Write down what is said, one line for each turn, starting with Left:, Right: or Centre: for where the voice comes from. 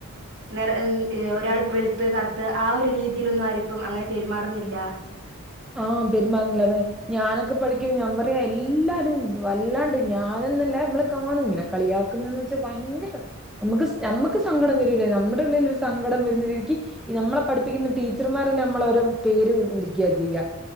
Right: നിറം ഒരാൾക്ക് വളുത്ത് കറുത്ത് ആഹ ഒരു രീതിയിലൊന്നും ആരിപ്പം അങ്ങനെ പെരുമാറുന്നില്ല
Centre: ആഹ് പെരുമാറില്ലതെ ഞാനൊക്കെ പഠിക്കോ ഞാൻ പറയാ എല്ലാരും വല്ലാണ്ട് ഞാനന്നല്ലേ നമ്മള് കാണും ഇങ്ങനെ കളിയാക്കുന്ന ഭയങ്കര നമുക്ക് നമുക്ക് സങ്കടം വരൂല നമ്മുടെ ഉള്ളിൽ ഒരു സങ്കടം വരുന്നില്ലക്ക് നമ്മളെ പഠിപ്പിക്കുന്ന ടീ ടീച്ചർമാരെ നമ്മളോരോ പേര് വിളിക്കുക ചെയ്യുക